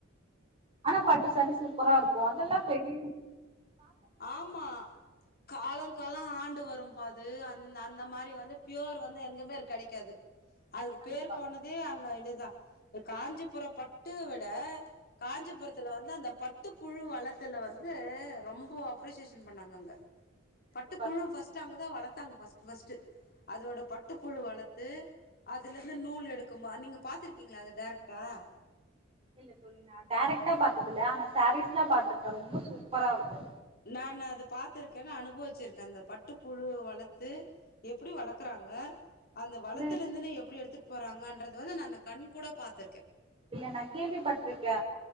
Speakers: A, on the right; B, on the left.
A: ஆனா பட்டு சேரீ சுப் ப்பரா இருக்கோ அதெல்லா பெரி
B: ஆமா காலோ காலோ ஆன் ட்டு வரும் பா அது அந்த அந்த மாரி வந்து பியோர் வந்து எங்கமே இருக் கெடைக்காது அதுக்கு
A: கண்டிப்பா
B: பேர் போனேதே அங்க துதா எ காஞ்சிபுர பட்டு விட காஞ்சிபுரத்தில வந்து அந்த பட்டுப்புழு வளத்துல வந்து ரொம் போ அப்ரிசியேஷன் பண்ணாங்க அங்க பட்டு
A: சூப்பரா
B: புழுவு ஃபஸ்ட் அங்க து வளத்தாங்க ஃபஸ்ட்டு ஃபஸ்ட்டு அதோட பட்டுப்புழு வளத்து அதுலந்து நூல் எடுக் குமா நீங்க பாத்திருக்கிங்ளா அத டைரக்டா
A: இல்ல தோழி நா டேரக்ட்டா பாத்தது இல்ல ஆனா சேரீஸ்ல்லா பாத்துருக்கே ரொம்ப சூப்பரா இருக்கு
B: நானு அத பாத்துருக்கே நா அனுபவிச்சிருக்கே அந்த பட்டுப்புழு வளத்து எப்பிடி வளக்குறாங்க அந்த வளத்துலுந்துனு
A: அது
B: எப்பிடி எடுத்துட் போறாங்கன்றது வந்து நானு கண் கூடா பாத்திருக்கே
A: இல்ல நா கேள்விப்பட்ருக்கே